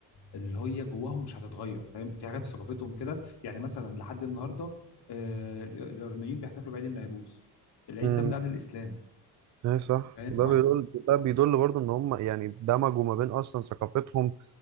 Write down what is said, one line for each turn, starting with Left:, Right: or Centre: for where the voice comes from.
Left: اللي هي جواهم مش هتتغير فاهم في حاجات في ثقافتهم كده يعني مثلا لحد النهاردة آه، ال- الإيرانيين بيحتفلوا بعيد النوروز العيد
Right: امم
Left: ده من قبل الإسلام
Right: اي صح
Left: فاهم
Right: وده بيدل ده بيدل برضه ان هم يعني دمجوا ما بين اصلا ثقافتهم